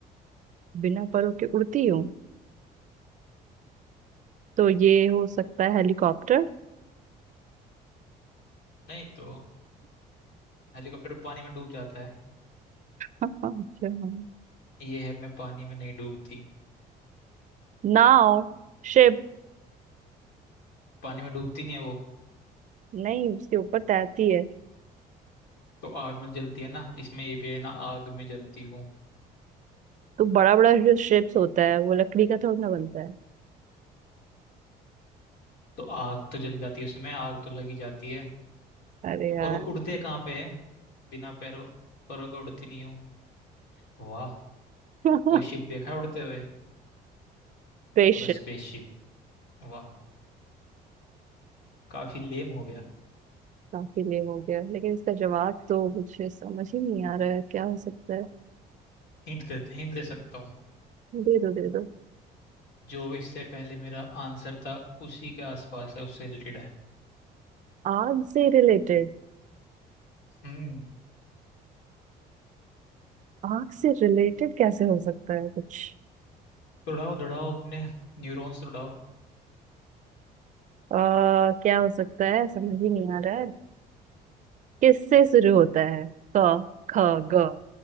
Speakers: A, on the right; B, on the left.
A: <laughs> बिना परों के उड़ती हूँ तो ये हो सकता है हेलीकॉप्टर
B: नहीं तो हेलीकॉप्टर पानी में डूब जाता है
A: हाँ हाँ, अच्छा हाँ।
B: ये है मैं पानी में नहीं डूबती
A: नाव शिप
B: पानी में डूबती नहीं है वो
A: नहीं उसके ऊपर तैरती है
B: तो आग में जलती है ना इसमें ये भी है ना आग में जलती हूँ
A: तो बड़ा बड़ा जो शिप्स होता है वो लकड़ी का थोड़ा ना बनता है
B: तो आग तो जल जाती है उसमें आग तो लगी जाती है
A: अरे यार
B: और वो उड़ते कहाँ पे है बिना पैरों परों के उड़ती नहीं हूँ वाह
A: <laughs>
B: कोई शिप देखा है उड़ते हुए
A: स्पेसशिप
B: बोला स्पेसशिप वाह काफी लेम हो गया
A: काफी लेम हो गया लेकिन इसका जवाब तो मुझे समझ ही नहीं आ रहा है क्या हो सकता है
B: हिंट दे हिंट दे सकता हूँ
A: दे दो दे दो
B: जो भी इससे पहले मेरा आंसर था उसी के आसपास है उससे रिलेटेड है
A: आग से रिलेटेड
B: हम्म
A: आग से रिलेटेड कैसे हो सकता है कुछ
B: दौड़ाओ दौड़ाओ अपने न्यूरॉन्स दौड़ाओ
A: आ, क्या हो सकता है समझ ही नहीं आ रहा है किससे शुरू होता है क ख
B: वो
A: ग